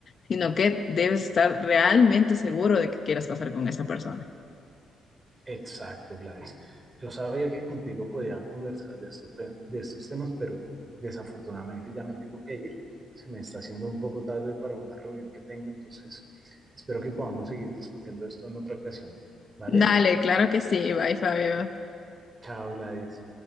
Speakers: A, on the left; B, on the right.
A: sino que debes estar realmente seguro de que quieras pasar con esa persona.
B: Exacto, Gladys. Yo sabía que contigo podía conversar de estos, te- de estos temas, pero desafortunadamente ya me tengo que ir. Se me está haciendo un poco tarde para una reunión que tengo, entonces espero que podamos seguir discutiendo esto en otra ocasión. ¿Vale?
A: Dale, claro que sí. Bye, Fabio.
B: Chao, Gladys.